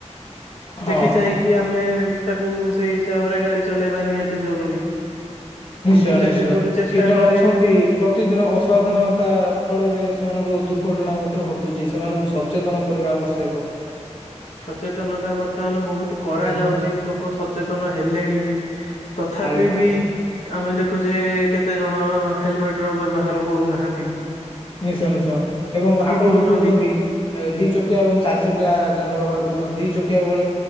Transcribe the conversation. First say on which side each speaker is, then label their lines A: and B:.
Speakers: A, on the left; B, on the left.
A: ହଁ
B: ଦେଖି ଚାହିଁ କି ଆମେ ତାକୁ ସେଇ ହିସାବରେ ଗାଡ଼ି ଚଲେଇବା ନିହାତି ଜରୁରୀ।
A: ନିଶ୍ଚୟ-ନିଶ୍ଚୟ
B: ମୁଁ ଯେତେ ଦୂର ଚେଷ୍ଟା
A: କିଛି ଜଣ
B: କରେ
A: ଅଛନ୍ତି ପ୍ରତିଦିନ ଅସାଧରଣ ତା ଫଳରେ ସେମାନଙ୍କର ଦୁର୍ଘଟଣା ମଧ୍ୟ୍ୟ ଘଟୁଛି ସେମାନଙ୍କୁ ସ ସଚେତନ୍ କରିବା ଆବଶ୍ୟକ।
B: ସଚେତନତା ବର୍ତ୍ତମାନ୍ ବହୁତ କରାଯାଉଛି
A: ନିଶ୍ଚୟ
B: ଲୋକ ସଚେତନ୍ ହେଲେଣି ବି। ତଥାପି
A: ଆଜ୍ଞା ଆଜ୍ଞା
B: ବି ଆମେ ଦେଖୁଛେ କେତେ ଜଣ ହେଲମେଟ୍ ର ବ୍ୟବହାର କରୁନାହାଁନ୍ତି।
A: ନିଶ୍ଚୟ ନିଶ୍ଚୟ ଏବଂ ଆପଣ
B: କରୁଛନ୍ତି
A: ଯୋଉ କହୁଛନ୍ତି। ଦି ଚକିଆ ଏବଂ ଚାରି ଚକିଆ ଯାନ ବ୍ୟବହାର କରୁଛନ୍ତି ଦି ଚକିଆ ବେଳ